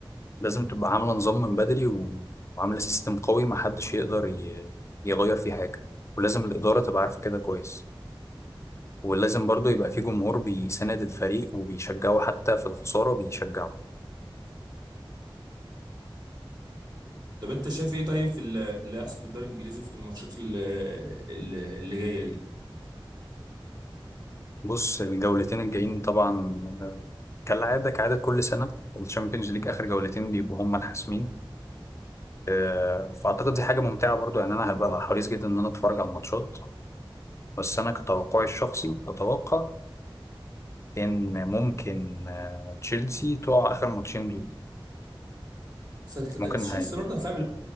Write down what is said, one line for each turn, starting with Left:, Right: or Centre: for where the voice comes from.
Left: لازم تبقى عاملة نظام من بدري و- وعاملة سيستم قوي محدش يقدر ي- يغير فيه حاجة ولازم الإدارة تبقى عارفة كده كويس ولازم برضو يبقى فيه جمهور بيساند الفريق وبيشجعه حتى في الخسارة بيشجعه
Right: طب انت شايف ايه طيب في ال- في اللي هيحصل في الدوري الانجليزي في الماتشات ال- ال- اللي جايه دي
Left: بص الجولتين الجايين طبعا آه، كالعادة كعادة كل سنة الشامبيونز ليج آخر جولتين بيبقوا هما الحاسمين آه، فأعتقد دي حاجة ممتعة برضو يعني أنا هبقى حريص جدا إن أنا أتفرج على الماتشات بس أنا كتوقعي الشخصي أتوقع ان ممكن آه، تشيلسي تقع اخر ماتشين دول
Right: س-
Left: ممكن
Right: تشيلسي
Left: هاي
Right: برضه هتلعب